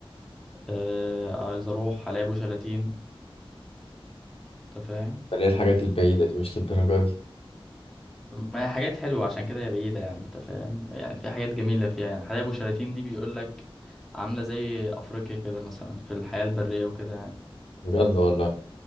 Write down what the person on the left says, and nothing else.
ليه الحاجات البعيدة دي مش للدرجة دي
بجد والله